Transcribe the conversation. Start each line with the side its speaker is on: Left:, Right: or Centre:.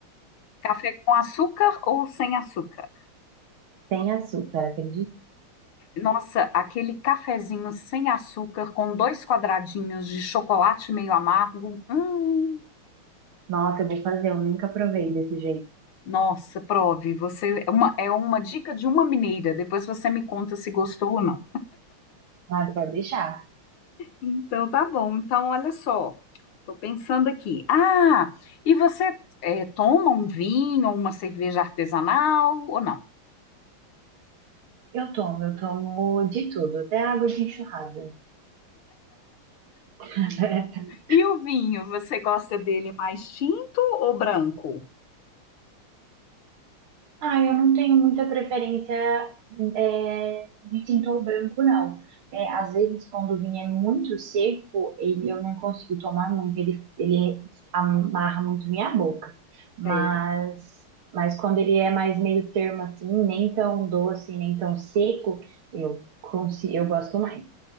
Left: Café com açúcar ou sem açúcar?
Right: Sem açúcar, acredito.
Left: Nossa, aquele cafezinho sem açúcar com dois quadradinhos de chocolate meio amargo. Hum,
Right: Nossa, eu vou fazer, eu nunca provei desse jeito.
Left: nossa, prove. Você é uma, é uma dica de uma mineira. Depois você me conta se gostou ou não.
Right: Nada, pode deixar.
Left: Então tá bom. Então olha só, tô pensando aqui. Ah, e você é, toma um vinho ou uma cerveja artesanal ou não?
Right: Eu tomo, eu tomo de tudo, até água de enxurrada. <laughs>
Left: E o vinho, você gosta dele mais tinto ou branco?
Right: Ah, eu não tenho muita preferência é, de tintor branco, não. É, às vezes, quando o vinho é muito seco, ele, eu não consigo tomar muito, ele, ele amarra muito minha boca. Mas,
Left: É,
Right: mas quando ele é mais meio termo assim, nem tão doce, nem tão seco, eu, consi- eu gosto mais.